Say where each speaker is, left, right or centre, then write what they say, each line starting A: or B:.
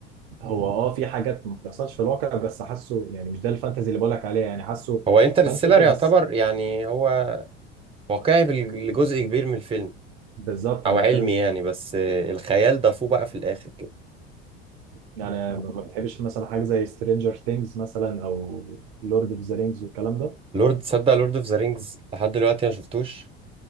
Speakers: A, on the right; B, on the right.
A: هو اه في حاجات ما بتحصلش في الواقع بس حاسه يعني مش ده الفانتزي اللي بقولك عليها يعني حاسه
B: هو انترستيلر
A: فانتزي
B: يعتبر
A: بس
B: يعني هو واقعي في الجزء كبير من الفيلم
A: بالظبط
B: او
A: انا
B: علمي
A: بتكلم في
B: يعني بس آه، الخيال ضافوه بقى في الاخر كده
A: يعني ما ما بتحبش مثلا حاجه زي سترينجر ثينجز مثلا او لورد اوف ذا رينجز والكلام ده
B: لورد تصدق لورد اوف ذا رينجز لحد دلوقتي ما شفتوش